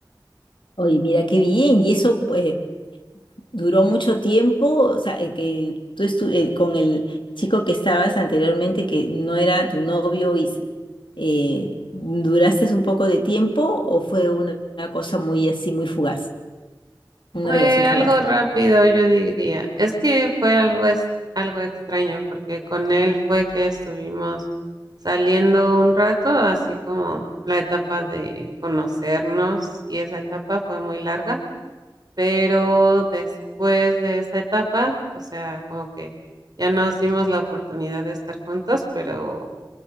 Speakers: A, on the left; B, on the right.
A: Oye, mira qué bien, y eso, pues, duró mucho tiempo, o sea, eh, que tú estu- eh, con el chico que estabas anteriormente, que no era tu novio, y s- eh, ¿duraste un poco de tiempo o fue una, una cosa muy así, muy fugaz, una
B: Fue
A: relación
B: algo
A: fugaz?
B: rápido, yo diría. Es que fue algo, es, algo extraño porque con él fue que estuvimos saliendo un rato, así como la etapa de conocernos y esa etapa fue muy larga pero después de esa etapa, o sea, como que ya nos dimos la oportunidad de estar juntos, pero